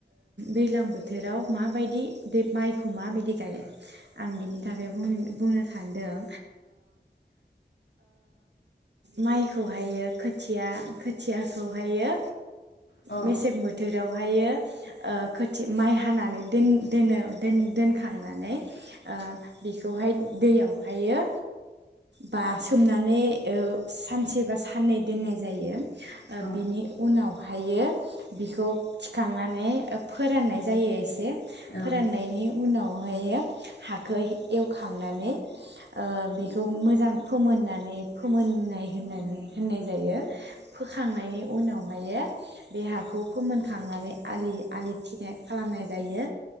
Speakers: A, on the right (about 80°); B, on the left (about 85°).
A: दैज्लां बोथोराव माबायदि बे माइखौ माबायदि गायो आं बिनि थाखाय बुंनो सानदों माइखौहायो खोथिया खोथियाखौहायो
B: औ
A: मेसें बोथोराव हायो खोथिया माइ हानानै दोन दोनो दोनखांनानै आ बेखौहाय दैयावहायो बा सोमनानै सानसे बा साननै दोननाय जायो
B: औ औ
A: बिनि उनाव बेखौहायो बिखौ थिखांनानै फोराननाय जायो एसे
B: उम
A: फोराननायनि उनावहायो हाखौ एवखांनानै बेखौ मोजां फोमोननानै फोमोननाय होननानै होननाय जायो फोखांनायनि उनावहाय बे हाखौ फोमोनखांनानै आलि आलि थिनाय खालामनाय जायो